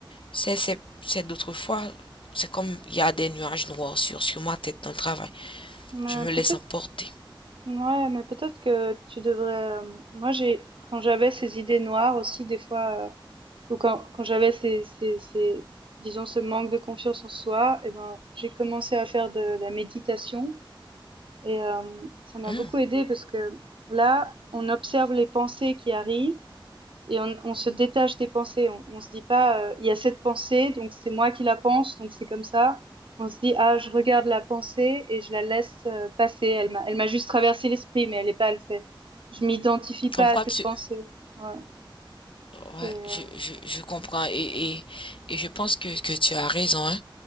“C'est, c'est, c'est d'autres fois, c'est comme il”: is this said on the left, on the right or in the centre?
Left